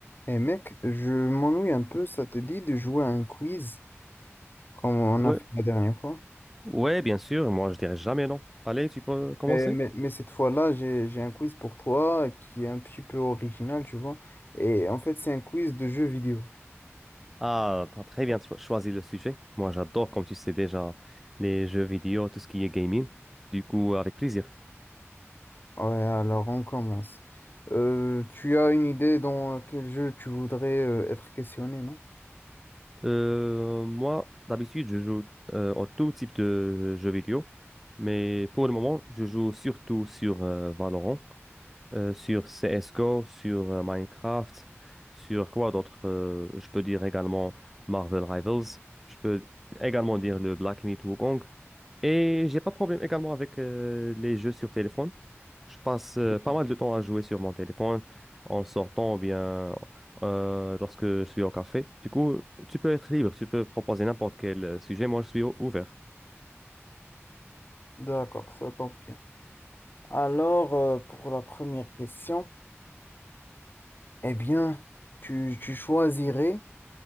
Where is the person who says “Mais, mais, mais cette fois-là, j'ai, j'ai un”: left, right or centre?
Left